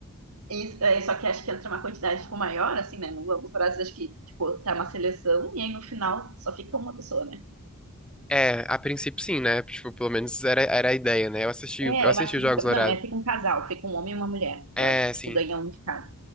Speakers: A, on the right (about 75°); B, in the centre.
A: Isso, é, só que acho que entra uma quantidade tipo, maior, assim, né? No Globo Brasil, acho que, tipo, tá uma seleção e aí no final só fica uma pessoa, né?
B: É, a princípio sim, né? Tipo, pelo menos era, era a ideia, né? Eu assisti,
A: É,
B: eu assisti
A: eu acho que
B: os Jogos
A: fica.
B: Dourados.
A: Não, é, fica um casal, fica um homem e uma mulher.
B: É,
A: Eu acho, tipo,
B: sim.
A: ganha um de cada.